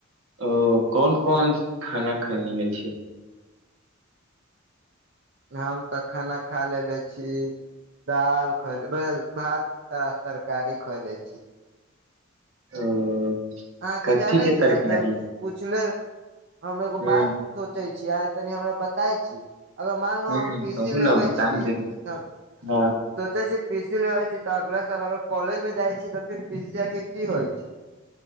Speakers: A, on the right; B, on the right.
A: ओ कोन कोन खाना खाइ लेने छी
B: हम तऽ खाना खा लेलेे छी दाल खैले बे भात आ तरकारी खैले छी
A: ओ
B: अहाँकेँ
A: कथी
B: जानै
A: के
B: छियै
A: तरकारी
B: अभी हम पूछले हम एगो
A: ह
B: बात सोचै छी अहाँ तनि हमरा बताय छी अगर मानलू
A: ह
B: हम पीसी
A: कहू
B: लेबै
A: ने बताम
B: छी तऽ
A: जरूर हँ
B: सोचे छी पीसी लेबै छी तऽ अगला साल अगर कॉलेज मे जाय छी तऽ फिर पीसीया केँ की होइछ